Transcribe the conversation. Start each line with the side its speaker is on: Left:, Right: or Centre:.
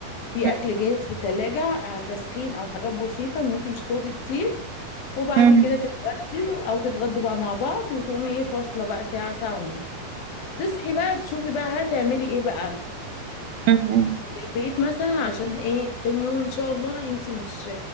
Left: في
Right: أم،
Left: اكل جاهز في التلاجة على تسخين او حاجات بسيطة ان انت مش تطوفي كتير وبعد
Right: أم،
Left: كده تتغدي او تتغدوا بقى مع بعض وتقومي ايه فاصلة بقى ساعة ساعة ونص تصحي بقى تشوفي بقى هتعملي ايه بقى
Right: أم، أم.
Left: البيت مثلا عشان ايه تاني يوم ان شاء الله انت مش